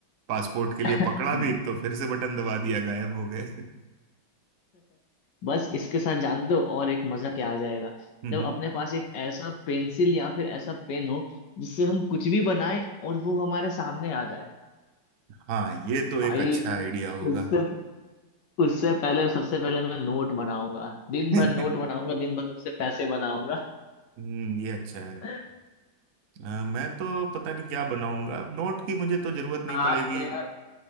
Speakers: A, on the right (about 60°); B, on the left (about 70°).
A: पासपोर्ट के लिए
B: <laughs>
A: पकड़ा भी तो फिर से बटन दबा दिया गायब हो गए <laughs>
B: बस इसके साथ जान दो और एक मजा क्या आ जाएगा
A: हम्म
B: जब अपने पास एक ऐसा पेंसिल या फिर ऐसा पेन हो जिससे हम कुछ भी बनाए और वो हमारे सामने आ जाए
A: हाँ ये तो एक
B: भाई
A: अच्छा आइडिया होगा
B: उससे उससे पहले सबसे पहले मैं नोट बनाऊंगा दिन
A: <laughs>
B: भर नोट बनाऊंगा दिन भर उससे पैसे बनाऊंगा
A: हम्म ये अच्छा
B: <laughs>
A: है अ, मैं तो पता नहीं क्या बनाऊंगा नोट की मुझे तो जरूरत नहीं
B: आप
A: पड़ेगी
B: तो यार